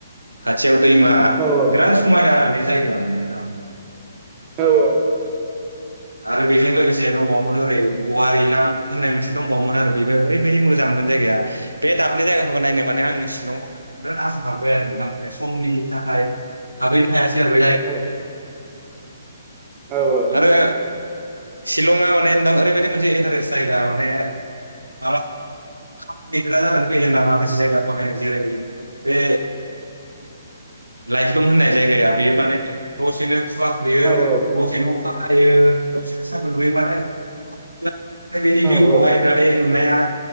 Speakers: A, on the right; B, on the right.
A: खाथि दैमा
B: औ औ
A: बिद समायना आरो बे <unintelligible>
B: औ औ
A: आरो बेजों लोगोसे दंबावोमोन ओरै गवारिलां होननाय मोनसे दंबावोमोन आरो बेबो ओरैबायदि मोजांमोन जायगाया बे दाबनैय जायगा खौ नायनो माने आंनि सिलं बिराद आसा थाबोबाय आरो नोंथां माने सम मिनिनि थाखाय हाबहै नो‌ हायासै <unintelligible>
B: औ औ
A: आरो सिलंआ माने नोंथां ओरैबायादि मोनसे इन्टारेस्ट जायगा माने मा खामानिफोरा जानानै फैयो होनबा माखासे जायगा फोर जेरै बे लाइफ्लं होननाय जायगाया बेयो माने दसेनो <unintelligible>
B: औ
A: अखाहायो दसेनो सानदुं दुंगो माने बेनि भिउखौहाय
B: औ
A: होननानै नाया